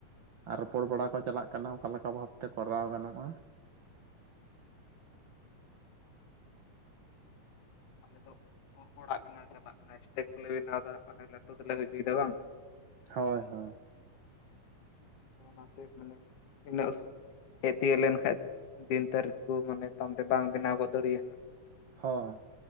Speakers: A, on the right; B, on the left.
A: ᱟᱨ ᱨᱚᱯᱚᱲ ᱵᱟᱲᱟ ᱠᱚ ᱪᱟᱞᱟᱜ ᱠᱟᱱᱟ, ᱚᱠᱟ ᱞᱮᱠᱟ ᱵᱷᱟᱵᱽ ᱛᱮ ᱠᱚᱨᱟᱣ ᱜᱟᱱᱚᱜ-ᱟ᱾
B: ᱟᱞᱮ ᱫᱚ ᱚᱸᱜ ᱚᱲᱟᱜ ᱵᱮᱱᱟᱣ ᱪᱟᱞᱟᱜ ᱠᱟᱱᱟ ᱮᱥᱴᱮᱪ ᱠᱚᱞᱮ ᱵᱮᱱᱟᱣ ᱫᱟ ᱢᱟᱱᱮ ᱞᱟᱹᱴᱩ ᱛᱮᱞᱮ ᱦᱩᱭ ᱪᱩᱭ ᱮᱫᱟ ᱵᱟᱝ?
A: ᱦᱚᱭ ᱦᱚᱭ᱾
B: ᱚᱱᱟ ᱛᱮ ᱢᱟᱱᱮ ᱤᱱᱟᱹᱜ ᱩᱥᱼ ᱦᱮᱡ ᱛᱤᱭᱟᱹᱜ ᱞᱮᱱ ᱠᱷᱟᱡ ᱫᱤᱱ ᱛᱟᱹᱨᱤᱠᱷ ᱠᱚ ᱢᱟᱱᱮ ᱛᱟᱢᱛᱮ ᱵᱟᱝ ᱵᱮᱱᱟᱣ ᱜᱚᱫᱽ ᱫᱟᱹᱲᱤᱭᱟᱜᱼᱟ ᱦᱟᱸᱜ᱾
A: ᱦᱳᱭ